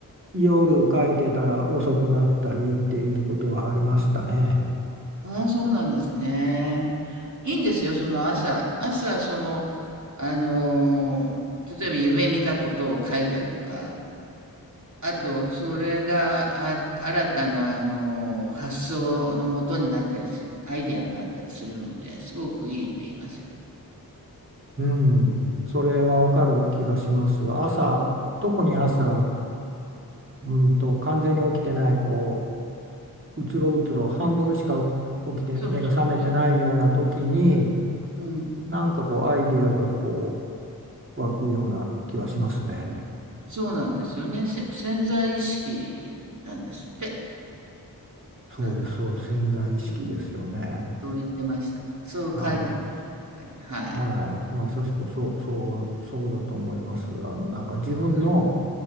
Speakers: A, on the right; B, on the right.
A: 夜書いてたら遅くなったりっていうことはありましたね。
B: ああ、そうなんですね。いいんですよ、その朝。朝、その、あのー、例えば夢見たことを書いたりとか、あと、それが、あ、新たな、あのー、発想のもとになったりする、アイデアになったりするので、すごくいいって言いますよ。
A: うん、それはわかる気がします。朝、特に朝、うんと完全に起きてないこううつろうつろ半分しか起きて目が覚めてないような時に
B: そうそうそう。うん。うん。
A: なんかこうアイディアがこう湧くような気はしますね。
B: そうなんですよね。せ、潜在意識なんですって。
A: そうです、
B: なんか。
A: そうです、潜在意識ですよね。
B: うん。そう言ってました。そう書いてありました。
A: は
B: どっかにはい。
A: い。はい。まさしくそう、そう、そうだと思います。あの、なんか自分の
B: うん。